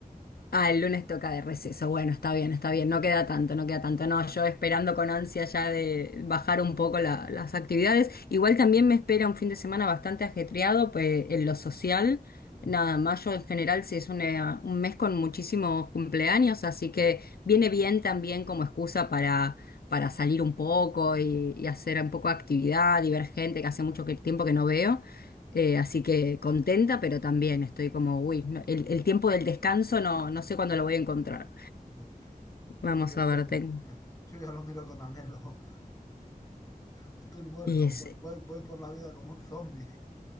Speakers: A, on the left; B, on the left.
A: Ah, el lunes toca de receso. Bueno, está bien, está bien. No
B: Sí,
A: queda tanto, no queda tanto. No, yo esperando con ansia ya de bajar un poco la- las actividades. Igual también me espera un fin de semana bastante ajetreado, pues en lo social.
B: sí,
A: Nada, mayo en general sí es una- un mes con muchísimos cumpleaños, así que viene bien también como excusa para, para salir un poco y, y hacer un poco de actividad, divergente, que hace mucho que- tiempo que no veo. Eh, así que contenta, pero también estoy como, uy, no, el, el tiempo del descanso no, no sé cuándo lo voy a encontrar.
B: sí. yo,
A: Vamos
B: yo
A: a
B: estoy,
A: ver, tengo.
B: yo yo ya lo miro con anhelo. Estoy muerto,
A: Y ese.
B: voy, voy- voy por la vida como un zombie.